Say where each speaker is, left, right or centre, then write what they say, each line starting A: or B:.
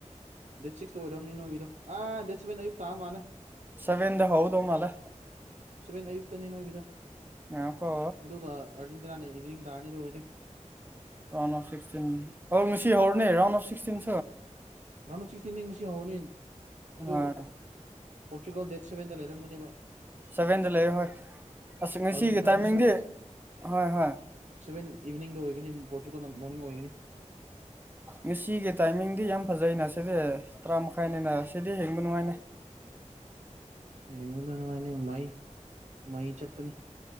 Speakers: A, on the right (about 65°); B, on the right (about 15°).
A: ꯗꯦꯠ ꯁꯤꯛꯁꯇ ꯑꯣꯏꯔꯝꯅꯤ ꯅꯣꯏꯒꯤꯗꯣ ꯑꯥ ꯗꯦꯠ ꯁꯦꯚꯦꯟ ꯑꯌꯨꯛ ꯇꯥ ꯃꯥꯜꯂꯦ
B: ꯁꯚꯦꯟꯗ ꯍꯧꯗꯧ ꯃꯥꯜꯂꯦ
A: ꯁꯕꯦꯟ ꯑꯌꯨꯛꯇꯅꯦ ꯅꯣꯏꯒꯤꯗꯣ
B: ꯉ ꯀ
A: ꯑꯗꯨꯒ ꯑꯥꯔꯖꯦꯟꯇꯤꯅꯥꯅ ꯏꯚꯤꯅꯤꯡ ꯇꯥꯔꯅꯤꯗꯤ ꯑꯣꯏꯗꯦ
B: ꯔꯥꯎꯟꯁ ꯑꯔꯁꯤ ꯍꯔꯅꯦ round of sixteen
A: round of sixteen ꯅꯤꯡ ꯁꯤ ꯍꯧꯔꯅꯤ ꯑꯗꯨ
B: ꯍꯣꯏ
A: ꯄꯣꯔꯆꯨꯒꯜ ꯗꯦꯠ ꯁꯕꯦꯟꯗ ꯂꯩꯔꯝꯒꯅꯦꯕ
B: ꯁꯚꯦꯟꯗ ꯂꯩ ꯍꯣꯏ ꯑꯁ ꯉꯁꯤꯒꯤ
A: ꯑꯥꯔꯖꯦꯟꯇꯤꯅꯥꯁꯨ
B: ꯇꯥꯏꯃꯤꯡꯗꯤ ꯍꯣꯏ ꯍꯣꯏ
A: ꯁꯕꯦꯟ ꯏꯚꯤꯅꯤꯡꯗ ꯑꯣꯏꯒꯅꯤ ꯄꯣꯔꯆꯨꯀꯜꯗ ꯃꯣꯔꯅꯤꯡ ꯑꯣꯏꯒꯅꯤ
B: ꯉꯁꯤꯒꯤ ꯇꯥꯏꯃꯤꯡꯗꯤ ꯌꯥꯝ ꯐꯖꯩꯅ ꯁꯤꯗꯤ ꯇꯔꯥ ꯃꯈꯥꯏꯅꯤꯅ ꯁꯤꯗꯤ ꯍꯦꯡꯕ ꯅꯨꯡꯉꯥꯏꯅꯦ
A: ꯌꯦꯡꯕꯗ ꯅꯨꯡꯉꯥꯏꯅꯤ ꯃꯩ ꯃꯩ ꯆꯠꯀꯅꯤ